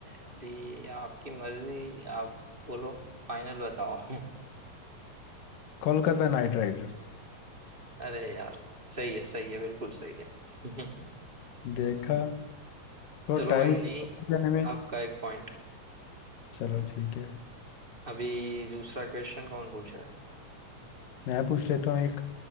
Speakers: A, on the right; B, on the left.
A: अभी आपकी मर्जी आप बोलो फाइनल बताओ <laughs>
B: Kolkata knight riders
A: अरे यार सही है सही है बिल्कुल सही है <laughs>
B: देखा थोड़ा
A: चलो
B: टाइम
A: वही नहीं
B: जाने में
A: आपका एक पॉइंट
B: चलो ठीक है
A: अभी दूसरा क्वेश्चन कौन पूछ रहा है
B: मैं पूछ लेता हूँ एक